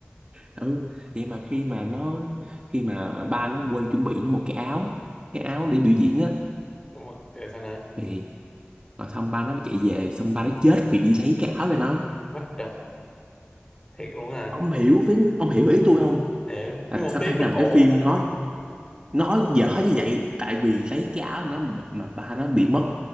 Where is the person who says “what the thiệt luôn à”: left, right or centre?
Left